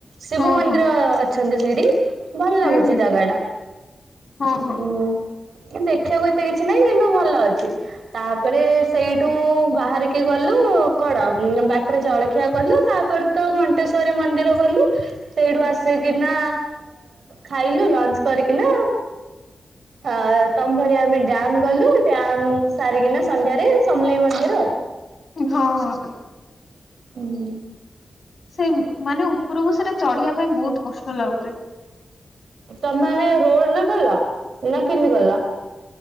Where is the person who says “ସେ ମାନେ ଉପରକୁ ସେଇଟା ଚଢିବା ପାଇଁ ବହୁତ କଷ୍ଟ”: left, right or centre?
Left